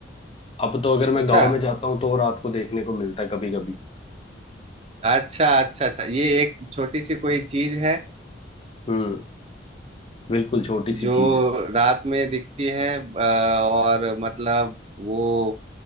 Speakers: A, on the left; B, on the right.
A: अब तो अगर मैं
B: अच्छा
A: गांव में जाता हूँ तो रात को देखने को मिलता है कभी कभी
B: अच्छा अच्छा अच्छा ये एक छोटी सी कोई चीज है
A: हम्म बिल्कुल छोटी सी
B: जो
A: चीज है
B: रात में दिखती है अ, और मतलब वो